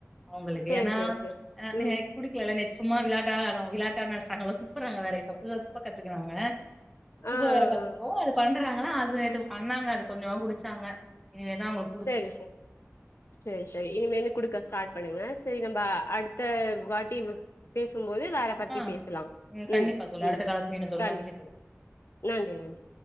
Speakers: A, in the centre; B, on the left.
A: அவுங்குளுக்கு
B: சேரி
A: ஏன்னா
B: சேரி சேரி
A: நீங்க
B: ம்
A: குடிக்கலல நேத்து சும்மா விளாட்டா அத விளாட்டானு நெனச்சாங்களல்ல துப்புறாங்க வேற இப்ப புதுசா துப்ப கத்துக்குனாங்க துப்ப
B: ஆ
A: வேற
B: ஆ
A: கத்துக்கவோ
B: ஆ
A: அது பண்ற அது பண்ணாங்க அது கொஞ்சமா குடிச்சாங்க இனிவேதா அவுங்குளுக்கு
B: செரி சார் செரி செரி இனிமேல் குடுக்க ஸ்டார்ட் பண்ணுங்க செரி நம்ம அடுத்த வாட்டி பேசும்போது வேற பத்தி
A: ஆ
B: பேசலா
A: ம் கண்டிப்பா
B: உம்
A: தோழி
B: உம்
A: அடுத்த கால மீண்டும் தோழி
B: கண்டிப்பா
A: நன்றி தோழி
B: நன்றி நன்றி